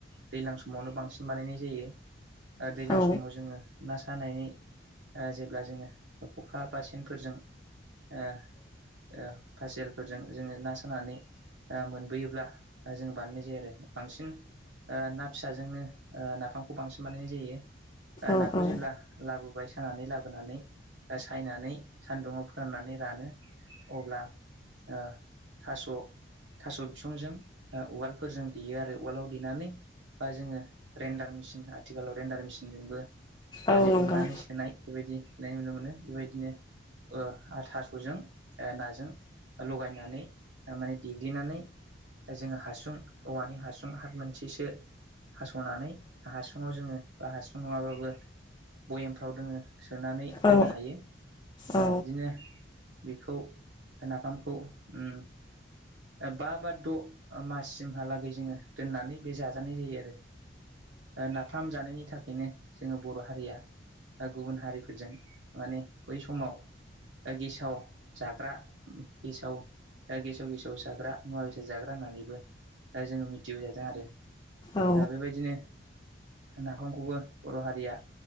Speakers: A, on the right; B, on the left.
A: दैज्लां समावनो बांसिन बानायनाय जायो दैज्लां
B: औ
A: समाव जोङो ना सानायै ओ जेब्ला जोङो खखा बा सेनफोरजों ओ ओ फासिलफोरजों जोङो ना सानानै मोनबोयोब्ला जों बानायनाय जायो आरो बांसिन ना फिसाजोंनो ओ नाफामखौ बांसिन बानायनाय जायो ओ
B: औ
A: नाखौ
B: औ
A: जेब्ला लाबोबाय सानानै लाबोनानै सायनानै सानदुङाव फोराननानै रानो अब्ला ओ थास' थास' बिसंजों उवालफोरजों देयो आरो उवालाव देनानै बा जोङो ग्रेन्डार आथिखालाव ग्रेन्डार मिसिनजोंबो माने
B: औ नंगौ
A: उननानै सोनाय बेबायदि नुनो मोनो बेबाय दिनो ओ आ थास'जों नाजों लगायनानै माने देग्लिनानै जोङो हासुं औवानि हासुं हाथ मोनसेसो हास'नानै हासुङाव जोङो बा हासुं नङाबाबो भयेमफ्राव दोङो सोनानै दोननो
B: औ
A: हायो आ
B: औ
A: बिदिनो बिखौ नाफामखौ उम बा बा द' माससिमहालागै जोङो दोननानै बे जाजानाय जायो आरो नाफाम जानायनि थाखायनो जोङो बर' हारिया गुबुन हारिफोरजों माने बै समाव गेसाव जाग्रा गेसाव ओ गेसाव गेसाव जाग्रा मुवा बेसाद जाग्रा होननानैबो ओ जोङो मिथिबोजादों आरो
B: औ
A: ओ बेबायदिनो नाफामखौबो बर' हारिया